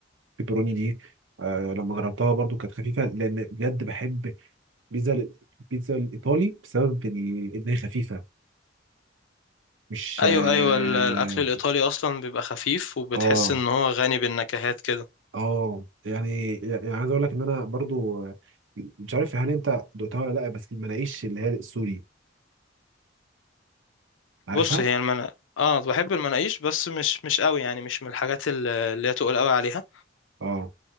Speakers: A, on the right (about 75°); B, on the left (about 75°).
A: بيبروني دي آه، لما جربتها برضو كانت خفيفة لأن بجد بحب بيتزا البيتزا الإيطالي بسبب ال- إن هي خفيفة مش
B: ايوه
A: اه
B: ايوه ال- الاكل الايطالي اصلا بيبقى خفيف وبتحس
A: اه
B: ان هو غني بالنكهات كده
A: آه. يعني يعني عايز اقول لك ان انا برضو آه، مش عارف هل انت دقتها ولا لا بس المناقيش اللي هي السوري عارفها
B: بص هي المنا اه بحب المناقيش بس مش مش قوي يعني مش من الحاجات ال- اللي هي تقول قوي عليها
A: اه